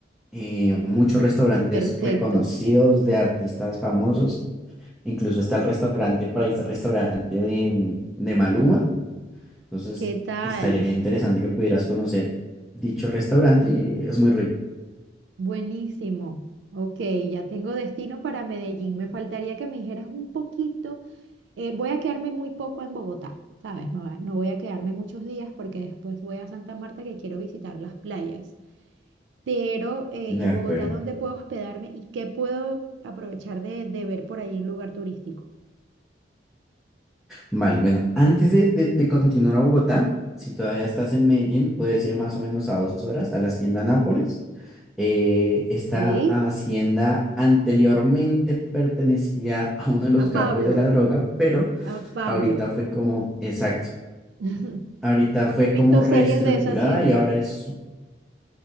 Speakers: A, in the centre; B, on the right.
A: eh, muchos restaurantes
B: Perfecto.
A: reconocidos de artistas famosos. Incluso está el restaurante, por ahí está el restaurante de, mm, de Maluma. Entonces,
B: ¿Qué tal?
A: estaría interesante que pudieras conocer dicho restaurante y es muy rico.
B: Buenísimo. Ok, ya tengo destino para Medellín. Me faltaría que me dijeras un poquito. eh, voy a quedarme muy poco en Bogotá, ¿sabes? No, va- no voy a quedarme muchos días porque después voy a Santa Marta que quiero visitar las playas. Pero eh,
A: De
B: en
A: acuerdo.
B: Bogotá, ¿dónde puedo hospedarme y qué puedo aprovechar de, de ver por allí un lugar turístico?
A: Vale, bueno, antes de, de- de continuar a Bogotá, si todavía estás en Medellín, puedes ir más o menos a dos horas a la Hacienda Nápoles. Eh, esta
B: Ey,
A: hacienda anteriormente pertenecía a uno de los
B: A
A: capos
B: Pablo,
A: de la droga, pero
B: a Pablo.
A: Ahorita fue como, exacto,
B: <laughs>
A: ahorita
B: Bueno,
A: fue
B: he
A: como
B: visto
A: reestructurada
B: series de esa hacienda.
A: y ahora es,